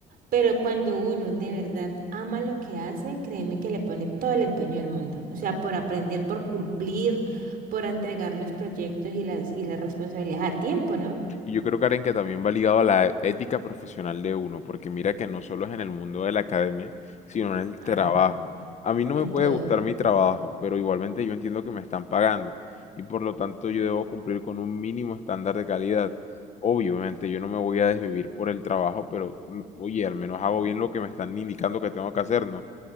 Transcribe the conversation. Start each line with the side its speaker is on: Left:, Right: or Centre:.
Right: pero cuando uno de verdad ama lo que hace, créeme que le pone todo el empeño del mundo, o sea, por aprender, por cumplir, por entregar los proyectos y las, y las responsabilidades a tiempo, ¿no?
Left: Y yo creo, Karen, que también va ligado a la ética profesional de uno, porque mira que no solo es en el mundo de la academia, sino en el
Right: Ah,
Left: trabajo. A mí no
Right: en
Left: me puede
Right: todo.
Left: gustar mi trabajo, pero igualmente yo entiendo que me están pagando y por lo tanto yo debo cumplir con un mínimo estándar de calidad. Obviamente yo no me voy a desvivir por el trabajo, pero mm, oye, al menos hago bien lo que me están indicando que tengo que hacer, ¿no?